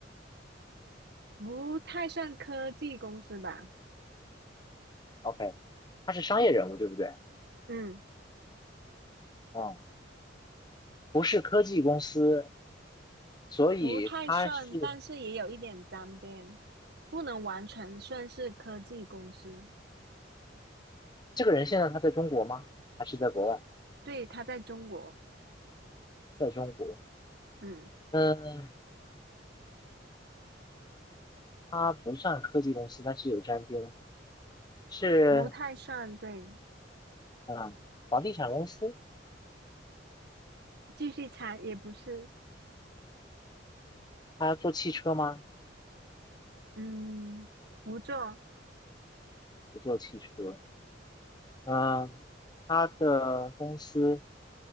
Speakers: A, on the right (about 60°); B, on the left (about 25°).
A: 不太算科技公司吧，
B: OK，他是商业人物，对不对？
A: 嗯，
B: 嗯，不是科技公司，所以他是
A: 不太算，但是也有一点沾边，不能完全算是科技公司，
B: 这个人。现在他在中国吗？还是在国外？
A: 对，他在中国。
B: 在中国。
A: 嗯，
B: 嗯，他不算科技公司，但是有沾边。是
A: 不太算对，
B: 嗯，房地产公司。
A: 继续猜也不是，
B: 他做汽车吗？
A: 嗯，不做。
B: 不做汽车。嗯，他的公司